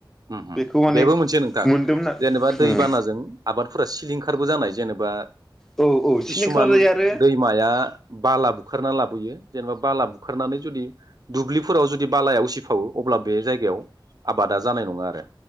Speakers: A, on the right; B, in the centre.
A: उम
B: बेखौ
A: उम
B: माने
A: बेबो मोनसे नोंथां
B: मोनदोंमोन आरो
A: जेनेबा दैबानाजों
B: उम
A: आबादफोरा सिलिंखारबो जानाय जेनेबा
B: औ औ
A: किसुमान
B: सिलिंखारबो जायो
A: दैमाया बाला बुखारना लाबोयो जेनेबा बालाब खारनानै जुदि दुब्लि फोराव जुदि बालाया उसिफावो अब्ला बे जायगायाव आबादा जा जानाय नङा आरो।